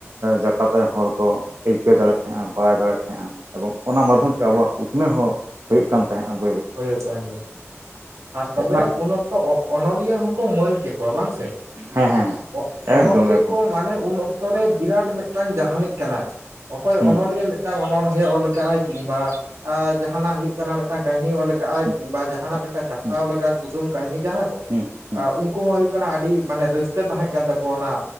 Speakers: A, on the right; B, on the right.
A: ᱡᱟᱠᱟᱛ ᱨᱮᱱ ᱦᱚᱲ ᱠᱚ ᱟᱹᱭᱠᱟᱹᱣ ᱫᱟᱲᱮᱭᱟᱜ ᱛᱟᱦᱮᱸᱜᱼᱟ ᱵᱟᱲᱟᱭ ᱫᱟᱲᱮᱭᱟᱜ ᱛᱟᱦᱮᱸᱜᱼᱟ᱾ ᱮᱵᱚᱝ ᱚᱱᱟ ᱢᱟᱫᱽᱫᱷᱚᱢ
B: ᱦᱮᱸ
A: ᱛᱮ ᱟᱵᱚᱣᱟᱜ ᱩᱛᱱᱟᱹᱣ ᱦᱚᱸ ᱦᱩᱭᱩᱜ ᱠᱟᱱ ᱛᱟᱦᱮᱸᱫ
B: ᱦᱩᱭᱩᱜ ᱠᱟᱱ ᱜᱮᱭᱟ ᱟᱨ ᱛᱚᱵᱮ
A: ᱚᱱᱟ
B: ᱩᱱ ᱚᱠᱛᱚ ᱚᱱᱚᱞᱤᱭᱟᱹ ᱦᱚᱸᱠᱚ ᱢᱟᱹᱱ ᱠᱮᱠᱚᱣᱟ ᱵᱟᱝ ᱥᱮ
A: ᱦᱮᱸ ᱦᱮᱸ
B: ᱚ ᱚᱱᱚᱞᱤᱭᱟᱹ
A: ᱮᱠᱫᱚᱢ ᱮᱠᱫᱚᱢ
B: ᱠᱚᱢ ᱢᱟᱱᱮ ᱩᱱ ᱚᱠᱛᱚᱮ ᱵᱤᱨᱟᱴ ᱢᱤᱫᱴᱟᱝ ᱡᱟᱦᱟᱸᱱᱤ ᱠᱟᱱᱟᱭ ᱚᱠᱚᱭ
A: ᱦᱩᱸ
B: ᱚᱱᱚᱞᱤᱭᱟᱹ ᱢᱤᱫᱴᱟᱝ ᱚᱱᱚᱲᱦᱮᱸ ᱚᱞ ᱟᱠᱟᱜᱟᱭ ᱠᱤᱢᱵᱟ ᱡᱟᱦᱟᱸᱱᱟᱜ ᱦᱩᱭᱩᱜ ᱠᱟᱱᱟ ᱢᱤᱫᱴᱟᱝ ᱠᱟᱹᱦᱤᱱᱤ ᱚᱞ ᱟᱠᱟᱜ ᱠᱟᱜ ᱟᱭ
A: ᱦᱩᱸ
B: ᱠᱤᱢᱵᱟ ᱡᱟᱦᱟᱱᱟᱜ ᱞᱮᱠᱟ ᱠᱟᱛᱷᱟᱣ
A: ᱦᱩᱸ
B: ᱞᱮᱠᱟ ᱠᱩᱫᱩᱢ ᱠᱟᱹᱦᱱᱤ ᱡᱟᱦᱟᱸ
A: ᱦᱩᱸ ᱦᱩᱸ
B: ᱩᱱᱠᱩ ᱦᱚᱸ ᱦᱩᱭᱩᱜ ᱠᱟᱱᱟ ᱟᱹᱰᱤ ᱢᱟᱱᱮ ᱨᱟᱹᱥᱠᱟᱹ ᱨᱟᱹᱥᱠᱟᱹ ᱛᱟᱦᱮᱸ ᱠᱟᱱ ᱛᱟᱠᱚᱣᱟ ᱚᱱᱟ